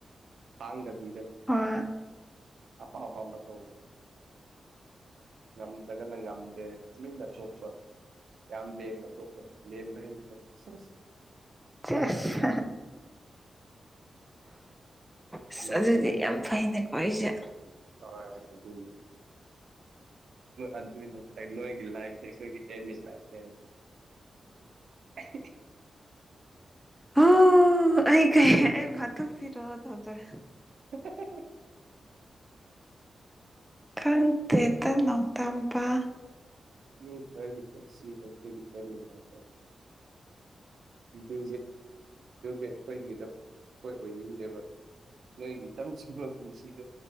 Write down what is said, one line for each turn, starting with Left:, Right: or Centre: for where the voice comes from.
Right: ꯇꯥꯡꯗꯕꯤꯗ
Centre: ꯍꯣꯏ
Right: ꯑꯄꯥꯝ ꯑꯄꯥꯝꯕ ꯇꯧꯕꯗꯣ ꯉꯝꯗ꯭ꯔꯒꯅ ꯉꯝꯗꯦ ꯇꯨꯃꯤꯟꯅ ꯇꯣꯛꯄ ꯌꯥꯝ ꯂꯦꯝꯃꯦ ꯇꯣꯛꯄꯗꯣ ꯂꯦꯝꯅ ꯍꯥꯏꯕꯗꯣ ꯁꯤꯁ
Centre: ꯆꯦꯁ ꯑꯁ ꯑꯗꯨꯗꯤ
Right: ꯂꯦꯝꯕ ꯍꯩ
Centre: ꯌꯥꯝ ꯐꯩꯅꯦꯀꯣ ꯑꯩꯁꯦ
Right: ꯍꯣꯏ ꯑꯗꯨꯅ ꯑꯗꯨ ꯅꯣꯏꯒꯤ ꯂꯥꯏꯐꯇꯤ ꯑꯩꯈꯣꯏꯒꯤ ꯑꯦꯝ ꯏꯟ ꯂꯥꯏꯐꯅꯦ ꯑꯥ ꯍ ꯍ
Centre: ꯍ ꯑꯩ ꯀꯩ ꯑꯩꯕꯨ ꯍꯥꯇꯣꯛꯄꯤꯔꯣ ꯇꯥꯔꯦ
Right: ꯍ ꯍ ꯍ ꯍ
Centre: ꯈꯪꯇꯦꯠꯇ ꯅꯣꯡꯗꯝꯕ
Right: ꯃꯤ ꯈꯔꯒꯤ ꯄꯨꯟꯁꯤꯁꯦ ꯑꯩꯈꯣꯏꯒꯤ ꯑꯦꯝ ꯏꯟ ꯂꯥꯏꯐ ꯍꯥꯏ ꯇꯥꯔꯦ <unintelligible> ꯒꯤꯗꯣ ꯑꯩꯈꯣꯏ ꯑꯣꯏꯅꯤꯡꯗꯦꯕ ꯅꯪꯒꯤ ꯏꯆꯝ ꯆꯝꯕ ꯄꯨꯟꯁꯤꯗꯣ